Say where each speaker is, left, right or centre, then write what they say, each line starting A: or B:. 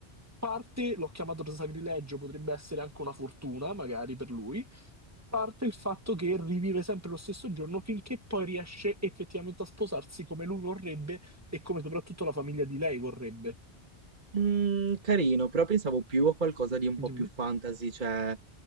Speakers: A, on the right; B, on the right.
A: parte, l'ho chiamato sacrilegio, potrebbe essere anche una fortuna, magari per lui parte il fatto che rivive sempre lo stesso giorno finché poi riesce effettivamente a sposarsi come lui vorrebbe e come soprattutto la famiglia di lei vorrebbe.
B: Mhmm, carino, però pensavo più a qualcosa di un po'
A: Dimmi.
B: più fantasy, cioè